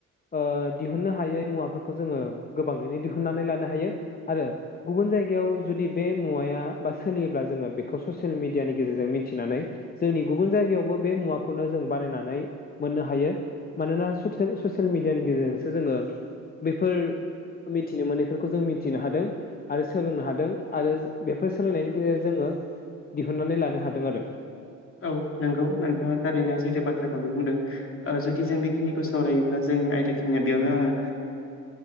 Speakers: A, on the left; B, on the left.
A: ओ दिहुननो हायै मुवाफोरखौ खौ जोङो गोबाङैनो दिहुननानै लानो हायो आरो गुबुन जायगायाव जुदि बे मुवाया बा सोलियोब्ला जोङो बेखौ ससियेल मिडियानि गेजेरजों मिथिनानै जोंनि गुबुन जायगायावबो बे मुवाखौनो जों बानायनानै मोननो हायो मानोना सुसेल ससियेल मिडियानि गेजेरजोंसो जोङो बेफोर मिथिनो मोननायफोरखौ जों मिथिनो हादों आरो सोलोंनो हादों आरो बेफोर सोलोंनायनि गेजेरजों जोङो दिहुननानै लानो हादों आरो
B: औ नंगौ नोंथाङा थारैनो सैथो बाथ्राखौनो बुंदों ओ जुदि जों बेखिनिखौ सावरायोब्ला जोंनि आयदा खिनिया बेयावनो आङो